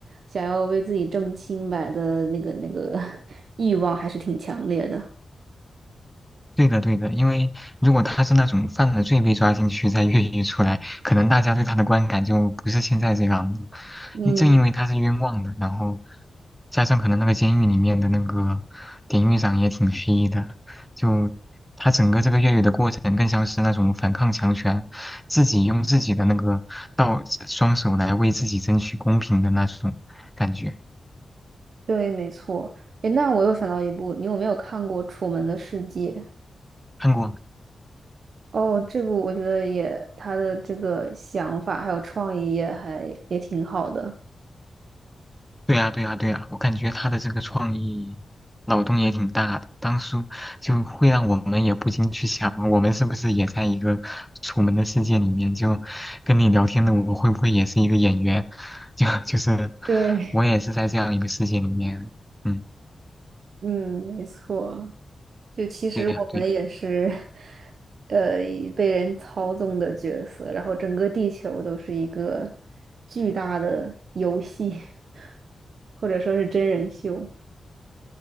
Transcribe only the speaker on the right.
想要为自己挣清白的那个那个 <laughs> 欲望还是挺强烈的。
嗯，
对，没错。诶，那我又想到一部，你有没有看过《楚门的世界》？
哦，这部我觉得也他的这个想法还有创意也还也挺好的。
对，
嗯，没错。就其实我们也是，
呃，被人操纵的角色，然后整个地球都是一个巨大的游戏，<laughs> 或者说是真人秀。